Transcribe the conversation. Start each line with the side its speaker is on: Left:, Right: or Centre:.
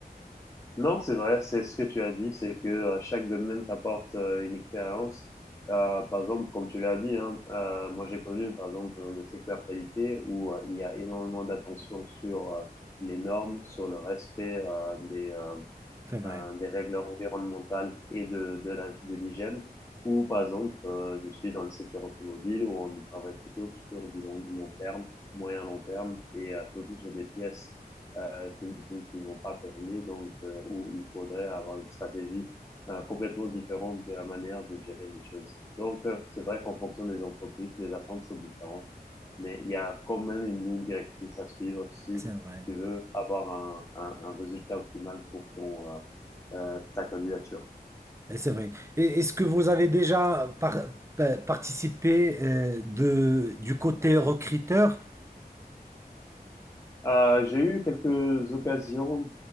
Left: Non, c'est vrai, c'est ce que tu as dit, c'est que euh, chaque domaine t'apporte euh, une expérience. Euh, par exemple, comme tu l'as dit, hein, euh, moi j'ai connu par exemple euh, le secteur qualité où euh, il y a énormément d'attention sur euh, les normes, sur le respect euh, des, euh,
Right: C'est vrai,
Left: euh, des règles environnementales et de, de la, de l'hygiène. Ou par exemple, euh, je suis dans le secteur automobile où on travaille plutôt sur du long, long terme, moyen long terme et euh, surtout sur des pièces euh, qui ne vont pas périmer, donc euh, où il faudrait avoir une stratégie euh, complètement différente de la manière de gérer les choses. Donc, euh, c'est vrai qu'en fonction des entreprises, les attentes sont différentes, mais il y a quand même une ligne directrice à suivre si
Right: c'est vrai,
Left: tu veux avoir un, un, un résultat optimal pour ton, euh, euh, ta candidature.
Right: Et c'est vrai. Et est-ce que vous avez déjà par- pa- participé euh, de, du côté recruteur?
Left: Euh, j'ai eu quelques occasions